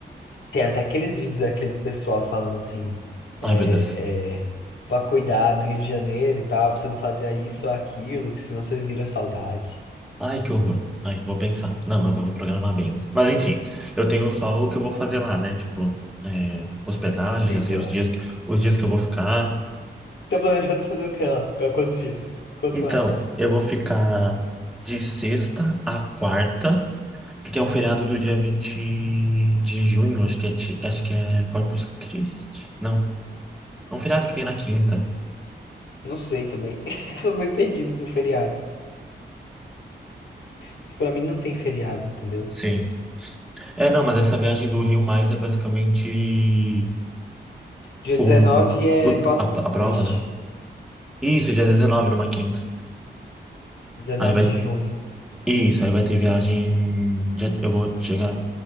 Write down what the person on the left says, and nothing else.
Tem até aqueles vídeos daquele pessoal falando assim,
é,
é, pra cuidar no Rio de Janeiro e tal, pra você não fazer isso ou aquilo, que senão você vira saudade.
O que
que
você vai
lá?
Tá planejando fazer o que lá? Ficar quantos dias? Quanto
mais?
Não sei também. <laughs> Eu Sou meio perdido com feriado. Porque Pra mim não tem feriado, entendeu?
Dia
19 é
Corpus
Christi.
19
de junho.